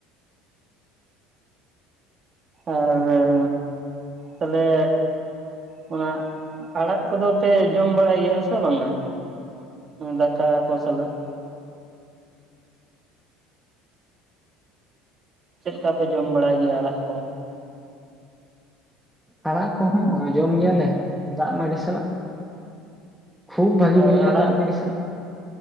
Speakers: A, on the right; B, in the centre.
A: ᱟᱨ <unintelligible> ᱛᱟᱦᱞᱮ ᱚᱱᱟ ᱟᱲᱟᱜ ᱠᱚᱫᱚ ᱯᱮ ᱡᱚᱢ ᱵᱟᱲᱟᱭ ᱜᱮᱭᱟ ᱥᱮ ᱵᱟᱝᱟ ᱫᱟᱠᱟ ᱠᱚ ᱥᱟᱞᱟᱜ ᱪᱮᱫ ᱞᱮᱠᱟ ᱯᱮ ᱡᱚᱢ ᱵᱟᱲᱟᱭ ᱜᱮᱭᱟ ᱟᱲᱟᱜ ᱠᱚ
B: ᱟᱲᱟᱜ ᱠᱚᱦᱚᱸ ᱡᱚᱢ ᱜᱮᱭᱟᱞᱮ ᱫᱟᱜ ᱢᱟᱹᱰᱤ ᱥᱟᱞᱟᱜ ᱠᱷᱩᱵ ᱵᱷᱟᱜᱤ
A: ᱟᱨ
B: ᱵᱩᱡᱷᱟᱹᱜᱼᱟ
A: ᱟᱲᱟᱜ
B: ᱫᱟᱜ ᱢᱟᱹᱱᱰᱤ ᱥᱟᱞᱟᱜ